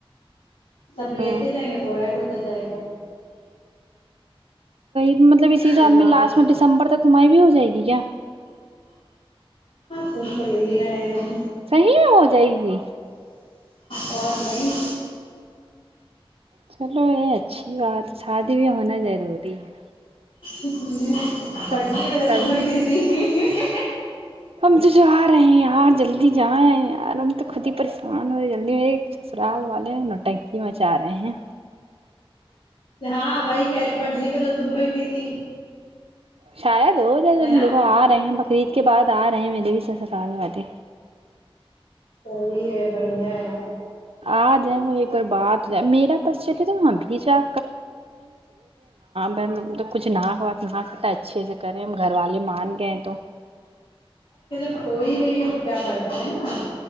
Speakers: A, on the left (about 70°); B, on the right (about 75°).
A: سب
B: تو
A: لیتے جائیں گے وہ ایڈ ہوتے جائے گا
B: تو مطلب اسی
A: پھر
B: سالد
A: بات
B: میں لاسٹ میں دسمبر تک کمائی بھی ہو جائے گی کیا
A: کون کو یہ رہ ہے
B: صی ہو جائے گی
A: اور نہیں
B: چلو یہ اچھی بات ہے شادی بھی ہونا ضروری ہے
A: اک نے <inaudible>
B: سب
A: پٹنی و
B: سبھی
A: ت ماہت تھی ج <inaudible>
B: ہم جو جو آ رہے ہیں یہاں جلدی جی جائ یارب ہم تو خود ہی پریشان ہو رہے جلدی میرے ایک سسرال والے ہیں نو ٹنکی مچا رہے ہیں
A: ہاں وہائی کہرے پڑلی پہ تو تم بیٹ تھی تھی
B: شاید ہو جائے جلدی
A: ہے نا
B: دیکھو آ رہے ہیں ب خرید کے بعد آ رہے ہیں میرے بھی سسکال والے
A: صحی ہے بڑھیا ہے
B: آ جائیں وہ ایک بار بات ہو جائے میرا بس چلے تو ہم بھی جا ب کچھ نہا بتناتا اچھے سے کریں ہم گھر والے مان گئے تو
A: کوئی نہیں تو کیا فائد ہے نا